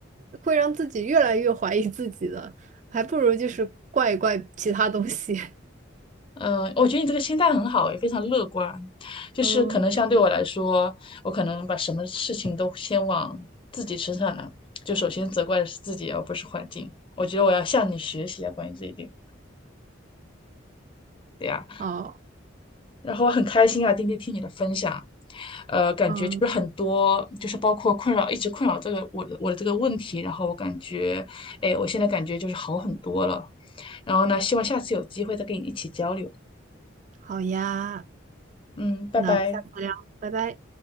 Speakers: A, on the right (about 40°); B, on the left (about 25°).
A: 会让自己越来越怀疑自己的，还不如就是怪一怪其他东西。<laughs>
B: 嗯，呃我觉得你这个心态很好，也非常乐观。就是可能相对我来说，
A: 嗯，
B: 我可能把什么事情都先往自己身上呢，就首先责怪的是自己，而不是环境。我觉得我要向你学习啊，关于这一点。对呀，
A: 好，
B: 然后我很开心啊，今天听你的分享，呃，感觉就是很多，
A: 嗯，
B: 就是包括困扰，一直困扰这个我的我的这个问题，然后我感觉，哎，我现在感觉就是好很多了。然后呢，希望下次有机会再跟你一起交流。
A: 好呀，
B: 嗯，拜拜。
A: 那我们下次聊，拜拜。